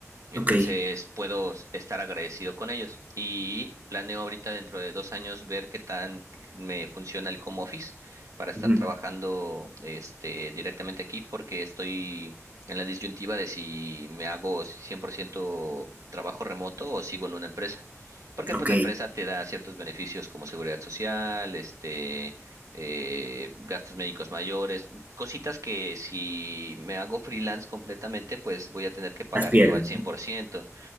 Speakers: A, on the right; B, on the right.
A: Entonces
B: Ok,
A: puedo s- estar agradecido con ellos y planeo ahorita dentro de dos años ver qué tan me funciona el home office para estar
B: ujú,
A: trabajando este directamente aquí porque estoy en la disyuntiva de si me hago 100% trabajo remoto o sigo en una empresa. Porque pues
B: ok,
A: la empresa te da ciertos beneficios como seguridad social, este eh, gastos médicos mayores, cositas que si me hago freelance completamente, pues voy a tener que pagar
B: las pierdes.
A: yo al cien por ciento